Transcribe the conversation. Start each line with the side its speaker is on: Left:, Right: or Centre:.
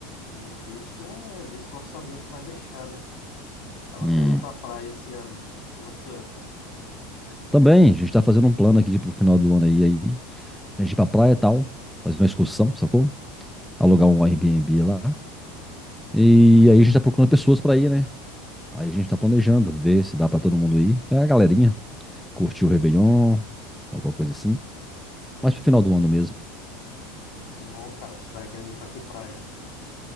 Left: difícil é ver se o orçamento vai deixar, né? Tava
Centre: Hum.
Left: querendo ir pra praia esse ano. E você? É
Centre: Também, a gente tá fazendo um plano aqui de, pro final do ano aí, aí, pra gente ir pra praia e tal, fazer uma excursão, sacou? Alugar um Airbnb lá. E aí a gente tá procurando pessoas pra ir, né? Aí a gente tá planejando, ver se dá pra todo mundo ir. É a galerinha, curtir o Réveillon, alguma coisa assim. Mas pro final do ano mesmo.
Left: Bom, cara, você tava querendo ir pra que praia?